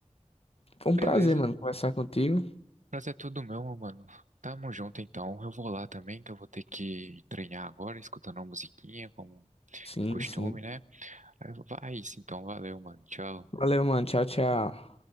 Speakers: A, on the left; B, on the right.
A: Foi um
B: Beleza.
A: prazer, mano, conversar contigo.
B: Prazer é todo meu, meu mano. Tamo junto então. Eu vou lá também, que eu vou ter que treinar agora, escutando uma musiquinha, como
A: Sim,
B: de costume,
A: sim.
B: né? Aí eu- Vai isso então, valeu, mano. Tchau.
A: Valeu, mano. Tchau, tchau.